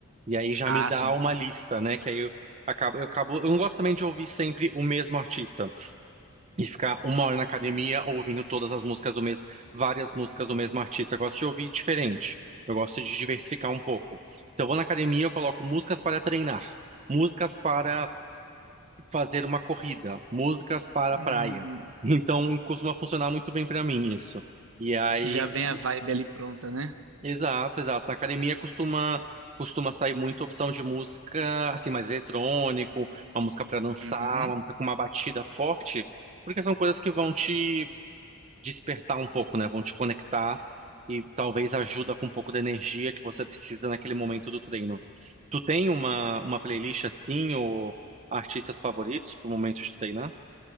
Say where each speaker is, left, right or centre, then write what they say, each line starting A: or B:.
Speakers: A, on the right (about 30°); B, on the right (about 65°).
A: E aí já
B: Ah,
A: me dá
B: sim.
A: uma lista, né, que aí eu acabo, eu acabo, eu não gosto também de ouvir sempre o mesmo artista e ficar uma hora na academia ouvindo todas as músicas do mesmo, várias músicas do mesmo artista. Eu gosto de ouvir diferente. Eu gosto de diversificar um pouco. Então eu vou na academia, eu coloco músicas para treinar músicas para fazer uma corrida, músicas para
B: Hum,
A: a praia. Então costuma funcionar muito bem para mim isso. E aí,
B: já vem a vibe ali pronta, né?
A: exato, exato. Na academia costuma costuma sair muita opção de música assim mais eletrônico, uma música para dançar,
B: Uhum.
A: uma música com uma batida forte, porque são coisas que vão te despertar um pouco, né? Vão te conectar e talvez ajuda com um pouco da energia que você precisa naquele momento do treino. Tu tem uma uma playlist assim ou artistas favoritos para o momento de treinar?